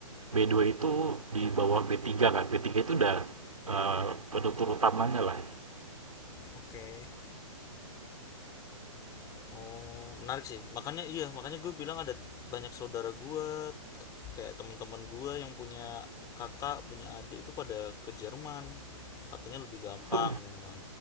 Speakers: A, on the right; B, on the left.
A: b dua itu di bawah b tiga kan. b tiga itu udah eh, penutur utamanya lah.
B: Oke. Okay. Oh, menarik sih. Makanya iya, makanya gue bilang ada banyak saudara gue, k- kayak teman-teman gue yang punya kakak, punya adik itu pada ke Jerman. Katanya lebih gampang
A: Itu,
B: memang.